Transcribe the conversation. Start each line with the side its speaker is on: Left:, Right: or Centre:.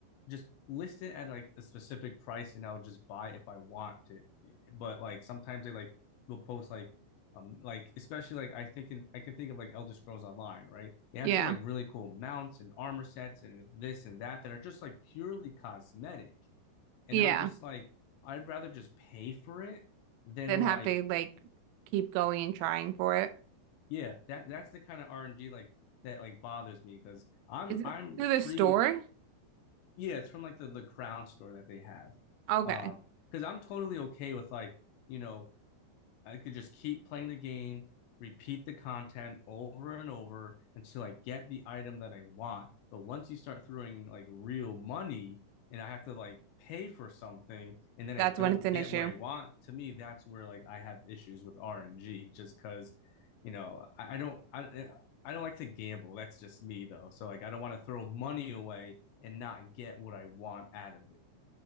Left: just list it at like a specific price and I'll just buy if I want to. But like sometimes they like will post like um like especially like I think in, I can think of like Elder Scrolls Online, right? They have
Right: Yeah.
Left: some like really cool mounts and armor sets and this and that that are just like purely cosmetic. And
Right: Yeah.
Left: I'm just like I'd rather just pay for it than
Right: Then
Left: like
Right: have to like keep going and trying for it.
Left: yeah, that that's the kind of RNG like that like bothers me because I'm
Right: Is it
Left: I'm
Right: through
Left: free.
Right: the store?
Left: Yeah, it's from like the the crown store that they have.
Right: Okay.
Left: Um, because I'm totally okay with like you know I could just keep playing the game, repeat the content over and over until I get the item that I want. But once you start throwing like real money and I have to like pay for something and then I
Right: That's
Left: don't
Right: when it's an
Left: get
Right: issue.
Left: what I want, to me, that's where like I have issues with RNG just because, you know, I, I don't, I, I don't like to gamble. That's just me though. So like I don't want to throw money away and not get what I want out of it.